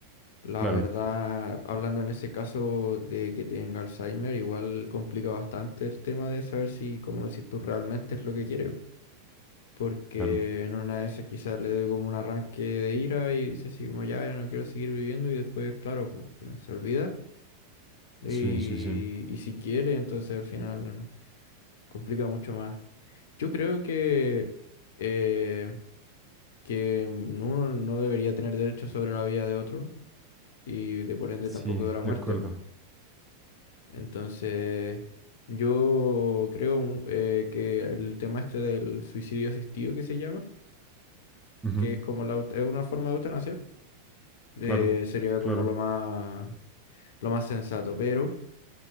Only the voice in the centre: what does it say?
Claro,
claro.
Sí, sí, sí.
Sí,
de
acuerdo.
Ujú,
Claro,
claro.